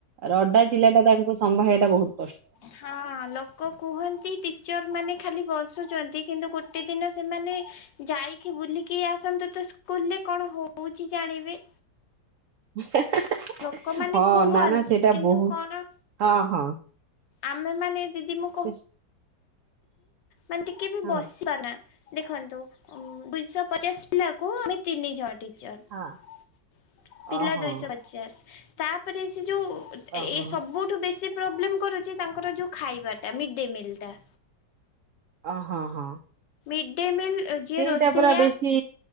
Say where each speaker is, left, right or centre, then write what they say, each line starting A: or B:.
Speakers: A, on the right; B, on the left.
A: ରଡା ଚିଲା ଟା ତାଙ୍କ ସମ୍ଭୟ ଟା ବହୁତ
B: ହଁ ହାଲୋ। କୁହନ୍ତି ଟିଚର୍ ମାନେ ଖାଲି ବସୁଛନ୍ତି କିନ୍ତୁ ଗୋଟେ ଦିନ ସେମାନେ ଯାଇକି ବୁଲିକି ଆସନ୍ତୁ ତ ସ୍କୁଲରେ କଣ ହଉଛି ଜାଣିବେ
A: <unintelligible>
B: ଲୋକମାନେ
A: ହଁ
B: କୁହନ୍ତି
A: ନା ନା ସେଇଟା
B: କିନ୍ତୁ
A: ବହୁତ
B: କଣ?
A: ହଁ ହଁ
B: ଆମେ ମାନେ ଦିଦି ମୁଁ
A: ସେ
B: ମାନେ ଟିକେ ବି
A: ହଁ
B: ବସି ପାରୁ ନା ଦେଖନ୍ତୁ ଦୁଶହ ପଚାଶ ପିଲାକୁ ଆମେ ତିନି ଜଣ ଟିଚର
A: ହଁ
B: ପିଲା
A: ଓହୋ
B: ଦୁଇଶହ ପଚାଶ ତାପରେ ସେ ଯୋଉ
A: ଓହୋ
B: ଏ ସବୁଠୁ ବେଶୀ ପ୍ରୋବଲେମ କରୁଛି ତାଙ୍କର ଯୋଉ ଖାଇବାଟା ମିଡେ ମିଲ ଟା
A: ଅ ହଁ ହଁ।
B: ମିଡେ ମିଲ୍ ଯିଏ
A: ସେଇଟା
B: ରୋଷେଆ
A: ପୁରା ବେଶୀ